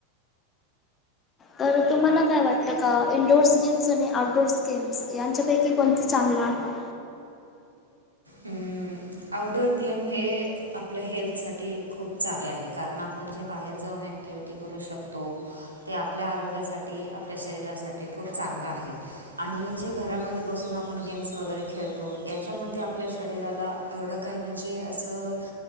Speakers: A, on the left (about 20°); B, on the right (about 85°).
A: तर तुम्हांला काय वाटतं का, इंडोअर्स गेम्स आणि आउटडोअर्स गेम्स यांच्यापैकी कोणती चांगलं आहे?
B: हम्म. आऊटडोअर गेम, हे आपल्या हेल्थसाठी खूप चांगले आहे, कारण आपण जे बाहेर जाऊन एक ॲक्टिव्हटी करू शकतो, ते आपल्या आरोग्यासाठी आपल्या शरीरासाठी, खूप चांगलं आहे. आणि जे घरामध्ये बसून आपण गेम्स वगैरे खेळतो, याच्यामध्ये आप ल्या शरीराला, एवढं काय म्हणजे असं